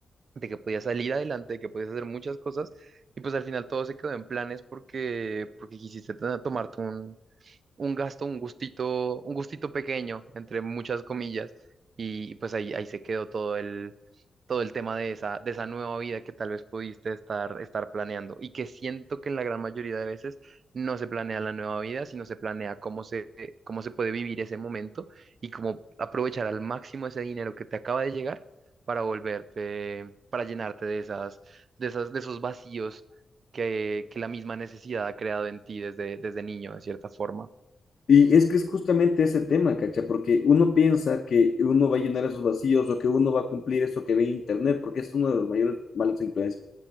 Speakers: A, on the right (about 60°); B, on the left (about 60°).
A: de que podías salir adelante, de que podías hacer muchas cosas, y pues al final todo se quedó en planes porque, porque quisiste to- tomarte un, un gasto, un gustito, un gustito pequeño, entre muchas comillas, y, y pues ahí, ahí se quedó todo el, todo el tema de esa, de esa nueva vida que tal vez pudiste estar, estar planeando y que siento que en la gran mayoría de veces no se planea la nueva vida, sino se planea cómo se, cómo se puede vivir ese momento y cómo aprovechar al máximo ese dinero que te acaba de llegar para volverte, para llenarte de esas, de esas, de esos vacíos que, que la misma necesidad ha creado en ti desde, desde niño, de cierta forma.
B: Y es que es justamente ese tema, ¿cacha? Porque uno piensa que uno va a llenar esos vacíos o que uno va a cumplir eso que ve en Internet, porque es uno de los mayores malas influencias.